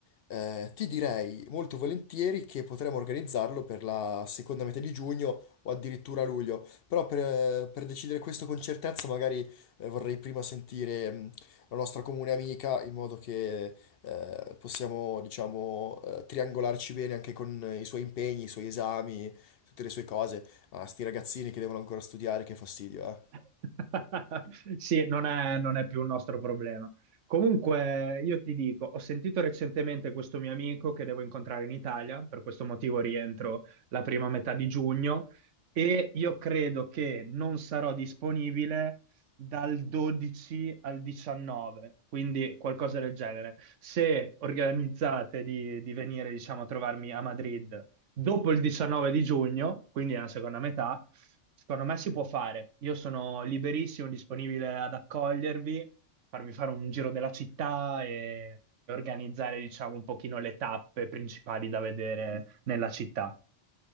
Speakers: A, on the left; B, on the right.
A: eh, ti direi molto volentieri che potremmo organizzarlo per la seconda metà di giugno o addirittura luglio, però per, per decidere questo con certezza magari eh, vorrei prima sentire mh, la nostra comune amica in modo che eh, possiamo, diciamo, eh, triangolarci bene anche con eh, i suoi impegni, i suoi esami, tutte le sue cose. Ah, sti ragazzini che devono ancora studiare, che fastidio, eh.
B: <laughs> Sì, non è, non è più un nostro problema. Comunque, io ti dico, ho sentito recentemente questo mio amico che devo incontrare in Italia, per questo motivo rientro la prima metà di giugno e io credo che non sarò disponibile dal 12 al 19, quindi qualcosa del genere. Se organizzate di, di venire, diciamo, a trovarmi a Madrid dopo il 19 di giugno, quindi nella seconda metà, secondo me si può fare. Io sono liberissimo, disponibile ad accogliervi, farvi fare un giro della città e, e organizzare, diciamo, un pochino le tappe principali da vedere nella città.